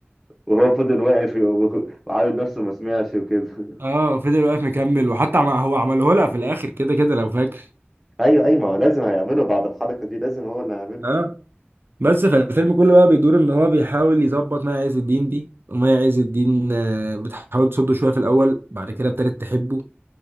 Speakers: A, in the centre; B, on the right.
A: وهو فضل واقف و- وعامل نفسه ما سمعش وكده <laughs>
B: اه فضل واقف مكمل وحتى عم... هو عمله لها في الاخر كده كده لو فاكر
A: ايوه ايوه ما هو لازم هيعمله بعد الحركه دي لازم هو اللي هيعمله
B: اه بس فالفيلم كله بقى بيدور ان هو بيحاول يظبط مي عز الدين دي ومي عز الدين آه، بتحاول تصده شويه في الاول بعد كده ابتدت تحبه